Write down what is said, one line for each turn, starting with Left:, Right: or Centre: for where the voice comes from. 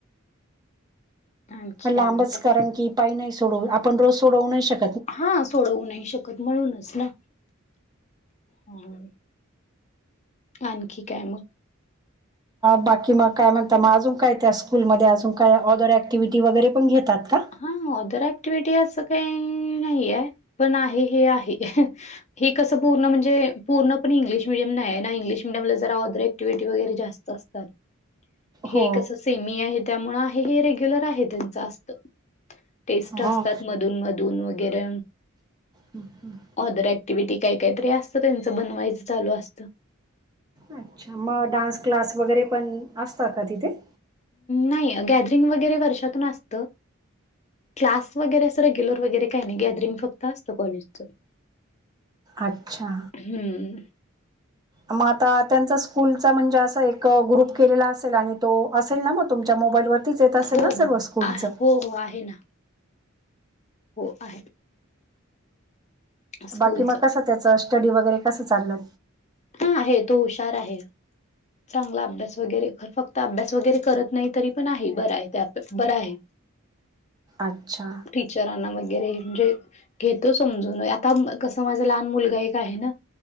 Left: आणखी
Right: लांबच
Left: काय म्हणताय
Right: कारण की पाय नाही सोडवू आपण रोज सोडवू नाही शकतो
Left: हा सोडवू नाही शकत म्हळूनच ना ह आणखी काय मग
Right: बाकी मग काय म्हणत मग अजून काय त्या स्कूलमध्ये अजून काय ऑदर ॲक्टिव्हिटी वगैरे पण घेतात का?
Left: हा ऑदर ॲक्टिव्हटी असं काही नाही आहे. पण आहे हे आहे. हे कसं पूणजे पूर्ण इंग्िश मिडय नाही ना इंगलिश मिडियमला जरा अदर ऍक्टिव्हटी वगैरे जास् असतात हे
Right: हो
Left: कसं सेमी आहे त्यामुळ आहे हे रेग्युलर आहे त्यांच असत टेस्ट
Right: हां
Left: असतात मधून मधून वगैरे
Right: हं हं
Left: ऑदर ऍक्टिव्हटी काही काहीतरी असतं. त्यांचं बनवायचं चालू असतं.
Right: अच्छा मग डान्स क्लास वगैरे पण असता का तिथे?
Left: नाही गॅदरिंग वगैरे वर्षातून असतं. क्लास वगैरे असं रेग्युलर वगैरे काही नाही गॅदरिंग फक्त असतं. कॉलेजचं....
Right: अच्छा...
Left: हं.....
Right: मग आता त्यांचा... स्कूलचा म्हणजे असं एक ग्रुप केलेला असेल आणि तो असेल ना मग तुमच्या मोबाईलवर..... तेच येत असेल
Left: हो
Right: ना सर्व
Left: हो
Right: स्कुलचं....
Left: आ- हो आहे ना..... हो आहे स्कूलचा
Right: बाकी मग कस.... त्याचं स्टडी वगैरे कसं चालय?
Left: हा आहे तो हुशार आहे... चांगला अभ्यास वगैरे फक्त अभ्यास वगैरे करत नाही तरी पण आहे बरा आहे ते बरं आहे....
Right: अच्छा....
Left: टीचरांना वगैरे म्हणजे.... घेतो समजून आता कस माझा लहान मुलगा एक आहे ना